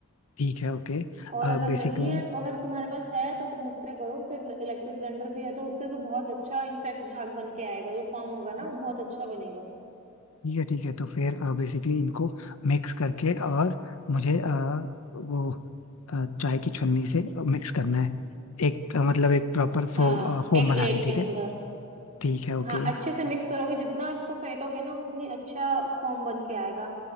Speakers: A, on the left (about 70°); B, on the right (about 30°).
A: ठीक है ओके
B: और अगर
A: बेसिकली
B: नहीं है तो अगर तुम्हारे पास है तो तुम उससे करो फिर इलेक्ट्रिक ब्लेंडर भी है तो उससे तो बहुत अच्छा इनफेक्ट झाग बन के आएगा जो फॉर्म होगा ना
A: ठीक
B: वो बहुत अच्छा बनेगा
A: है ठीक है तो फिर बेसिकली इनको मिक्स करके और मुझे अ, वो अ, चाय की छन्नी से मिक्स करना है एक अ, मतलब एक प्रॉपर फो,
B: हाँ
A: फॉर्म
B: एक
A: बनाना
B: प्लेट
A: है ठीक
B: के अंदर
A: है ठीक है ओके
B: हाँ अच्छे से मिक्स करोगे जितना इसको फेंटोगे ना उतनी अच्छा फॉर्म बन के आएगा